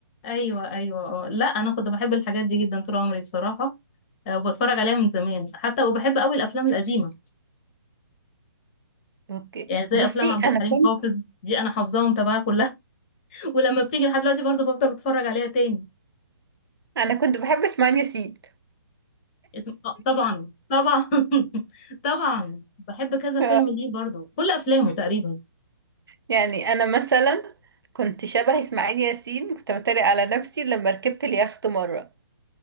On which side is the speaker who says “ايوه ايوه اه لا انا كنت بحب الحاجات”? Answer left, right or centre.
Left